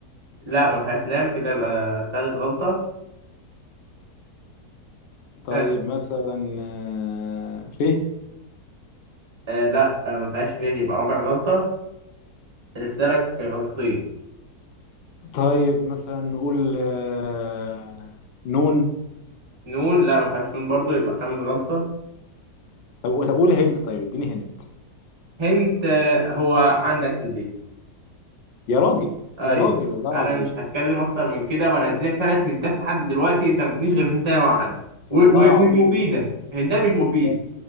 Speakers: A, on the right; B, on the left.
A: لا ما فيهاش لام كده يبقى تالت غلطة
B: طيب
A: ها
B: مثلا آه، ف
A: آه لا آه ما فيهاش فيه يبقى رابع غلطة لسه لك غلطتين
B: طيب مثلا نقول آه، نون
A: نون لا ما فيهاش نون برضو يبقى خامس غلطة
B: طب طب قول هند طيب اديني هند
A: هنت آه هو عندك في البيت
B: يا راجل
A: أيوه
B: يا راجل والله العظيم
A: أنا مش هتكلم أكتر من كده وأنا أديلك تلات هنتات لحد دلوقتي أنت ما ادتنيش غير هنتاية واحد و-
B: والله العظيم
A: ومش مفيدة هنتاية مش مفيدة
B: انت